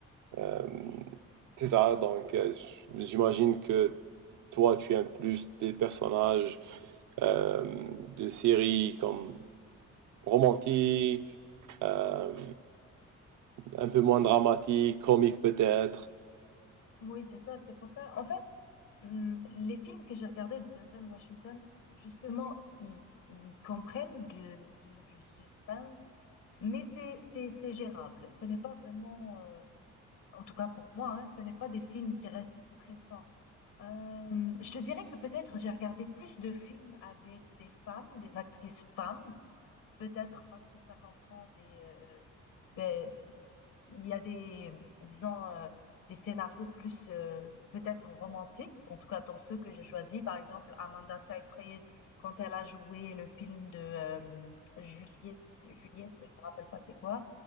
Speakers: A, on the right; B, on the left.
A: euh, c'est ça. Donc, euh, j'imagine que toi, tu aimes plus des personnages euh, de séries comme romantique, euh, un peu moins dramatique, comique peut-être.
B: Oui, c'est ça, c'est pour ça. En fait, hum, les films que j'ai regardés de Denzel Washington, justement, ils, ils comprennent du, du, du suspense, mais c'est, c'est, c'est gérable. Ce n'est pas vraiment, euh, en tout cas pour moi, hein, ce n'est pas des films qui restent stressants. Euh, je te dirais que peut-être j'ai regardé plus de films avec des femmes, des actrices femmes, peut-être parce que ça comprend des, euh, ben, c- c- il y a des, disons, euh, des scénarios plus euh, peut-être romantiques, en tout cas dans ceux que je choisis. Par exemple, Amanda Seyfried, quand elle a joué le film de euh, Juliette, Juliette, je me rappelle pas c'est quoi.